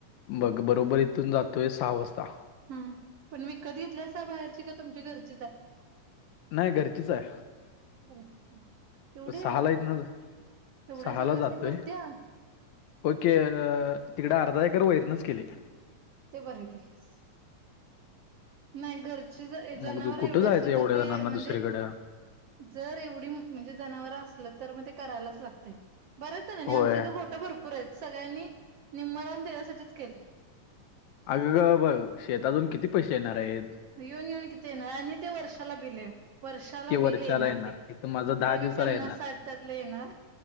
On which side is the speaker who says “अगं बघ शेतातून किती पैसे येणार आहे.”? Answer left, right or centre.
Left